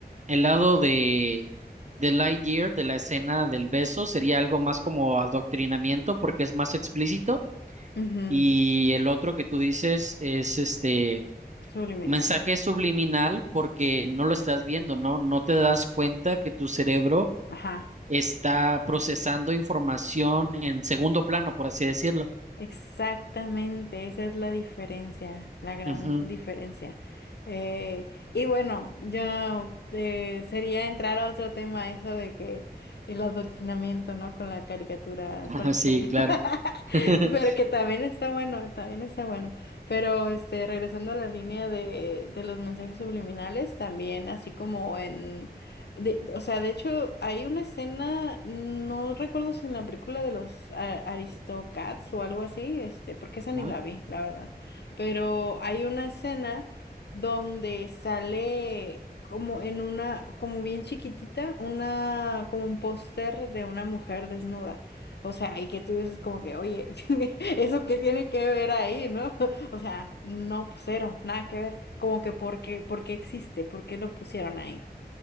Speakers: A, on the right; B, on the left.
A: El lado de, de Lightyear, de la escena del beso, sería algo más como adoctrinamiento porque es más explícito.
B: Ujú,
A: Y el otro que tú dices es este
B: Subliminal.
A: mensaje subliminal porque no lo estás viendo, ¿no? No te das cuenta que tu cerebro
B: Ajá.
A: está procesando información en segundo plano, por así decirlo.
B: Exactamente, esa es la diferencia, la gran
A: Ujú.
B: diferencia. Eh, y bueno, yo eh, sería entrar a otro tema, eso de que el adoctrinamiento, ¿no? Con la caricatura,
A: <laughs>
B: con las
A: Sí,
B: caricaturas,
A: claro.
B: <laughs>
A: <laughs>
B: pero que también está bueno, también está bueno. Pero este, regresando a la línea de, de los mensajes subliminales, también así como en de- o sea, de hecho, hay una escena, no recuerdo si en la película de los a- Aristocats o algo así, este, porque esa ni
A: Ah,
B: la vi, la verdad. Pero hay una escena donde sale como en una, como bien chiquitita, una, como un póster de una mujer desnuda. O sea, y que tú dices como que, oye, <laughs> ¿eso qué tiene que ver ahí, no? <laughs> O sea, no, pues, cero, nada que ver. Como que, ¿por qué, por qué existe? ¿Por qué lo pusieron ahí?